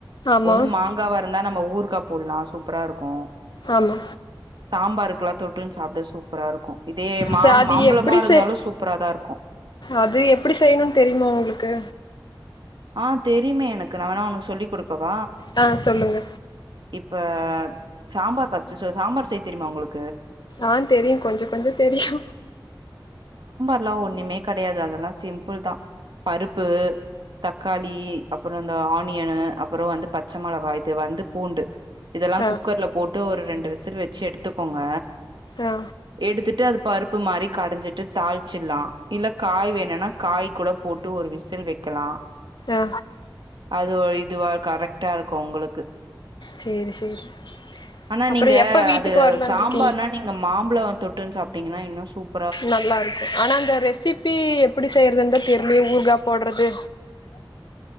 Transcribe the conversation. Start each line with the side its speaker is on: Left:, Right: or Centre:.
Left: ஆமா
Right: ஒன்னு மாங்காவா இருந்தா நம்ம ஊறுக்கா போட்லா சூப்பராருக்கு
Left: ஆமா
Right: சாம்பாருக்கெல்லாம் தொட்டுன்னு சாப்ட சூப்பராருக்கு இதே மாங்
Left: சே அது
Right: மாம்பழமாருந்தாலு
Left: எப்டி செய்
Right: சூப்பரா தா இருக்கு
Left: அது எப்படி செய்யணுன்னு தெரியுமா உங்களுக்கு
Right: ஆ தெரியுமே எனக்கு நா வேணா உனக்கு சொல்லிக்குடுக் க்கவ
Left: ஆ சொல்லுங்க
Right: இப்ப சாம்பார் ஃபஸ்ட் ச ச சாம்பார் செய் தெரியுமா உங்களுக்
Left: ஆ தெரியு கொஞ்ச கொஞ்ச தெரியு
Right: ல்லா ஒன்னுமே கெடையாது அதெல்லா சிம்பிள் தா பருப்பு தக்காளி அப்பற இந்த ஆனியன்னு அப்பற வந்து பச்ச மொளகாப் வந்து பூண்டு இதெல்லா
Left: ஆ
Right: குக்கர்ல போட்டு ஒரு ரெண்டு விசில் வச்சு எடுத்துக்கோங்க
Left: ஆ
Right: எடுத்துட்டு அது பருப்பு மாரி கடைஞ்சிட்டு தாளிச்சிட்லா இல்ல காய் வேணுன்னா காய் கூட போட்டு ஒரு விசில் வைக்கலா
Left: ஆ
Right: அது இதுவா கரெக்ட்டாருக்கு உங்களுக்கு
Left: சேரி சேரி
Right: ஆனா
Left: அப்புற
Right: நீங்க
Left: எப்ப வீட்டுக்கு
Right: அது
Left: வரலான்
Right: சாம்பார்னா
Left: இருக்கீங்க
Right: நீங்க மாம்பழோ தொட்டுன்னு சாப்ட்டீங்கன்னா இன் நா சூப்
Left: நல்லா இருக்கு ஆனா அந்த ரெசிபி எப்படி செய்யறது தா தெரியலையே ஊறுக்கா போட்றது